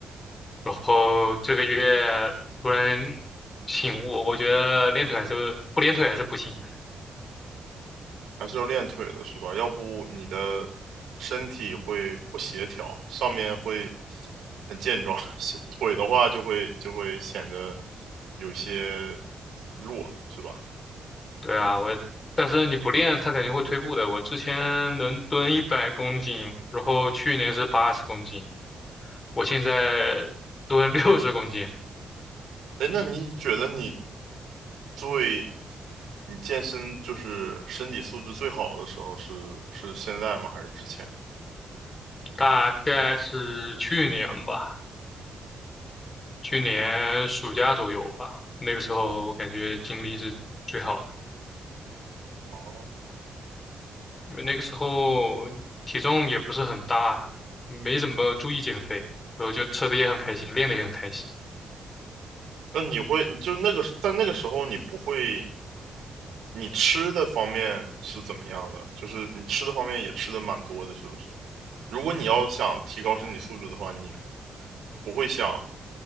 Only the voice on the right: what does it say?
还是要练腿的，是吧？要不你的身体会不协调，上面会很健壮，<laughs> 协腿的话就会就会显得有些弱，是吧？
哎，那你觉得你最你健身就是身体素质最好的时候是是现在吗？还是之前呢？
哦，
那你会就那个，但那个时候你不会，你吃的方面是怎么样的？就是你吃的方面也吃的蛮多的，是不是？如果你要想提高身体素质的话，你不会想